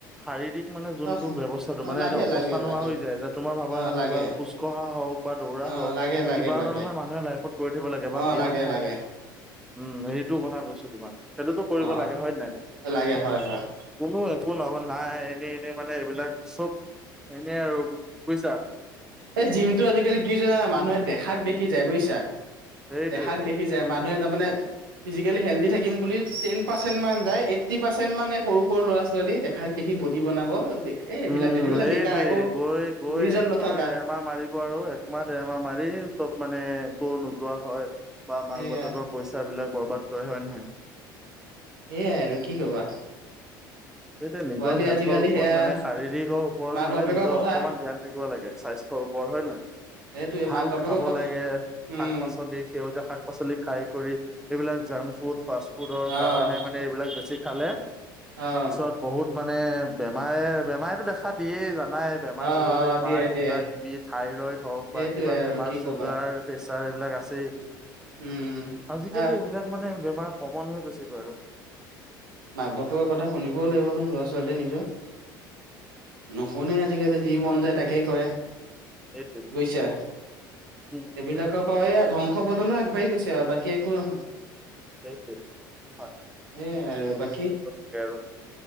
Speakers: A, in the centre; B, on the right (about 80°).
A: শাৰীৰিক মানে যোনটো
B: অহ
A: ব্যৱস্থাটো,
B: অ'
A: মানে
B: লাগে
A: এতিয়া অৱস্থা
B: লাগে
A: নোহোৱা
B: লাগে
A: হৈ যায়। যে তোমাৰ ভাবা
B: অ'
A: ৰাতিপুৱা
B: লাগে
A: খোজ কঢ়া হওক বা দৌৰা
B: অ'
A: হওক,
B: লাগে লাগে
A: কিবা
B: লাগে
A: এটা নহয় মানুহে লাইফত কৰি থাকিব লাগে বা
B: অ'
A: ব্যায়াম
B: লাগে
A: হওক
B: লাগে
A: উম। এই টো কথা কৈছো তোমাক। সেইটোতো কৰিব
B: অ'
A: লাগে হয় নে নাই?
B: অ লাগে হয় হয়
A: কোনো কোনহ'ব নাই এনে এনে মানে এইবিলাক চব এনেই আৰু বুজিছা।
B: এই জিমটো আজিকালি কি হৈছে জানা, মানুহে দেখাক দেখি যায়। বুজিছা।
A: সেইটোৱেইটো।
B: দেখাক দেখি যায়, মানুহে তাৰ মানে ফিজিকেলি হেল্ডি থাকিম বুলি পাৰ্চেন্ট মান যায়, এইত্ৰি পাৰ্চেট মানে সৰু সৰু ল'ৰা ছোৱালী দেখাক দেখি বডি বনাব এ এইবিলাক
A: উম,
B: যে, সেইবিলাক
A: সেইটোৱে
B: বেকাৰ। একো
A: গৈ গৈ
B: নিজৰ নথকা।
A: দেৰমাহ একমাহ মাৰিব আৰু, একমাহ দেৰমাহ মাৰি চব মানে একো নোযোৱা হয়। বা
B: সেয়া
A: মাক বাপেকৰ পইচাবিলাক বৰবাদ কৰে, হয় নে নহয়?
B: এয়াই আৰু, কি ক'বা?
A: সেইটোয়েই নিজৰ
B: পোৱালি
A: হেল্থৰ
B: আজিকালি
A: ওপৰত
B: সেয়া
A: মানে শাৰীৰিকৰ ওপৰত
B: মাক
A: মানে
B: বাপেকৰ
A: নিজৰ
B: কথা
A: অকমান ধ্যান থাকিব লাগে। স্বাস্থ্যৰ ওপ <unintelligible> হয় নাই?
B: সেইটোৱে
A: ভাল
B: মাক বাপেকৰ
A: খাব
B: কথা
A: লাগে,
B: উম
A: শাক-পাচলি সেউজীয়া শাক-পাচলি খাই কৰি, এইবিলাক জাং ফুড, ফাষ্ট ফুডৰ
B: অ'
A: কাৰণে মানে এইবিলাক বেছি খালে
B: অ',
A: পিছত বহুত মানে বেমাৰে, বেমাৰেতো দেখা দিয়েই জান নাই বেমাৰ
B: অ',
A: বহুতে
B: অ', দিয়ে
A: পায়,
B: দিয়ে
A: কিবা কিবি থাইৰইড হওক
B: সেইটোয়ে
A: বা কিবা
B: আৰু
A: বেমাৰ
B: কি
A: চুগাৰ
B: কবা
A: ছাৰ এইবিলাক আছেই।
B: উম।
A: আজিকালি
B: আহ
A: এইবিলাক মানে বেমাৰ কমন হৈ গৈছেগৈ আৰু।
B: মাক বাপেকৰ কথা শুনিবও লাগিব ন ল'ৰা ছোৱালীয়ে নিজৰ। নুশুনে আজিকালি, যি মন যায় তাকেই কৰে।
A: এইটোৱে
B: বুজিছা
A: উম
B: এইবিলাকক অ এইয়া ধ্বংস পথলৈ আগবাঢ়ি গৈছে আৰু, বাকী একো নহয়।
A: সেইটোৱেই, হয়।
B: সেয়াই আৰু
A: <unintelligible>
B: বাকী
A: আৰু।